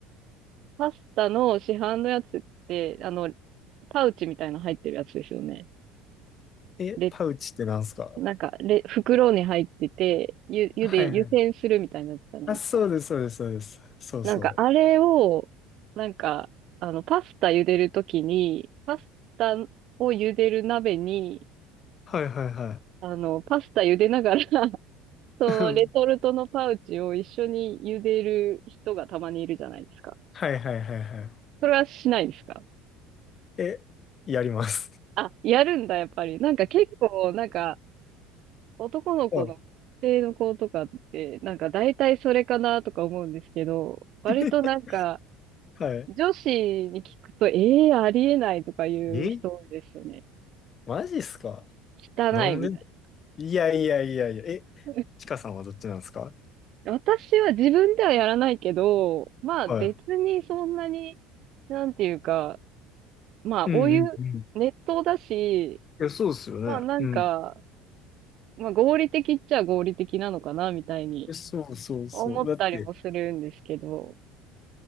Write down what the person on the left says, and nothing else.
い。え、
パウチってなんすか
はいはい。
あ、そうです、そうです、そうです。そうそう。
はいはいは
い。<laughs> うんはいはいはいは
い。え、やります。
はい。
<laughs> はい。
え、マジっすか
なんでいやいやいやいや。え、
ちかさんはどっちなんですか
はい。
うんうんうん
いや、そうですよね。
うん。
えそうそうそう。
だって、